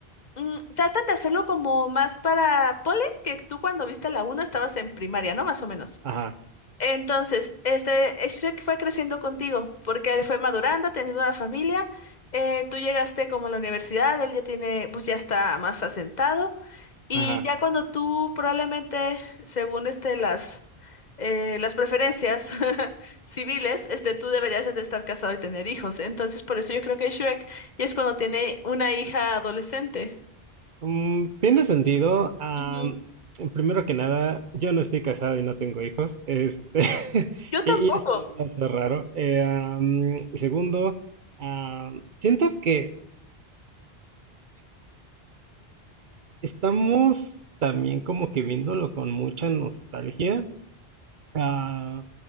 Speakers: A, on the left (about 45°); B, on the right (about 55°).
A: mm, tratan de hacerlo como más para... Ponle que tú cuando viste la uno estabas en primaria, ¿no? Más o menos.
B: Ajá,
A: Entonces, este, Shrek fue creciendo contigo, porque él fue madurando, teniendo una familia. eh, tú llegaste como a la universidad, él ya tiene, pues ya está más asentado. Y
B: ajá.
A: ya cuando tú probablemente, según este, las, eh, las preferencias <laughs> civiles, este, tú deberías de estar casado y tener hijos. Entonces, por eso yo creo que Shrek y es cuando tiene una hija adolescente.
B: Mm, tiene sentido. am,
A: Ujú.
B: primero que nada, yo no estoy casado y no tengo hijos. Este, <laughs>
A: Yo tampoco.
B: y, y eso no me hace raro. Eh, am, segundo, am, siento que estamos también como que viéndolo con mucha nostalgia. Ah,